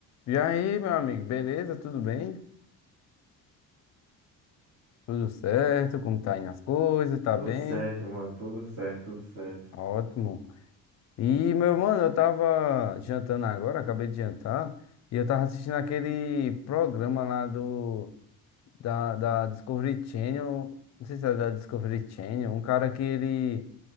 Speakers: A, on the left (about 45°); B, on the right (about 35°).
A: E aí, meu amigo, beleza? Tudo bem? Tudo certo? Como tá indo as coisas? Tá
B: Tudo
A: bem?
B: certo, mano. Tudo certo, tudo certo.
A: Ótimo. E, meu mano, eu tava jantando agora, acabei de jantar, e eu tava assistindo aquele programa lá do da, da Discovery Channel, não sei se é da Discovery Channel, um cara que ele